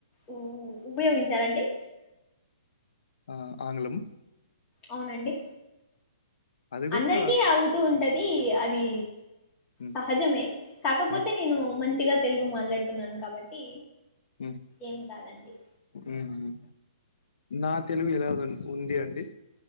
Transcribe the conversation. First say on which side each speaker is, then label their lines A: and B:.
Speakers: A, on the left (about 20°); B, on the left (about 70°).
A: ఉ ఉపయోగించారండి
B: ఆ ఆంగ్లము
A: అవునండి
B: అది గూడా
A: అందరికీ అవుతూ ఉంటది అది
B: హ్మ్
A: సహజమే కాకపోతే
B: హ్మ్
A: నేను మంచిగా తెలుగు మాట్లాడుతున్నాను కాబట్టి
B: హ్
A: ఏం కాదండి
B: హ్మ్ నా తెలుగు ఇలాగ ఉంది అండి